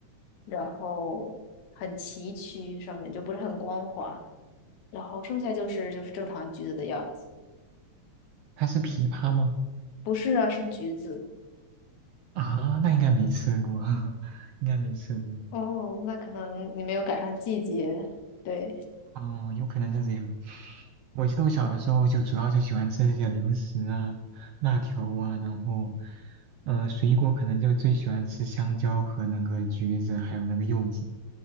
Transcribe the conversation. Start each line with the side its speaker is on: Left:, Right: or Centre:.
Left: 然后很崎岖，上面就不是很光滑，然后剩下就是就是正常橘子的样子。
Right: 它是枇杷吗？
Left: 不是啊，是橘子。
Right: 啊，那应该没吃过，<laughs> 应该没吃过。
Left: 哦，那可能你没有赶上季节。对，
Right: 哦，有可能是这样。我记得我小的时候就主要就喜欢吃这些零食啊、辣条啊，然后，呃，水果可能就最喜欢吃香蕉和那个橘子，还有那个柚子，